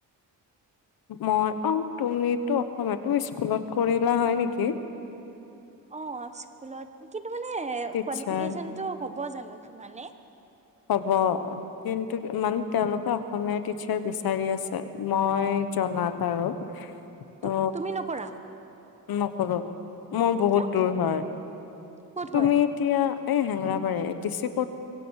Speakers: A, on the left; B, on the right.
A: মই অ তুমিতো অসমীয়া তুমি স্কুলত কৰিলা হয় নেকি
B: অ স্কুলত কিন্তু মানে
A: টিচাৰ
B: কোৱালিফিকেচটো হ'ব জানো কি মানে
A: হব কিন্তু মানে তেওঁলোকে অসমীয়াৰ টিচাৰ বিচাৰি আছে মই জনাত আৰু ত'
B: তু তুমি নকৰা
A: নকৰো মোৰ বহুত
B: কিয়
A: দূৰ হয়
B: ক'ত
A: তুমি
B: হয়
A: এতিয়া এ হেঙেৰাবাৰি ডিচি কৰ্ট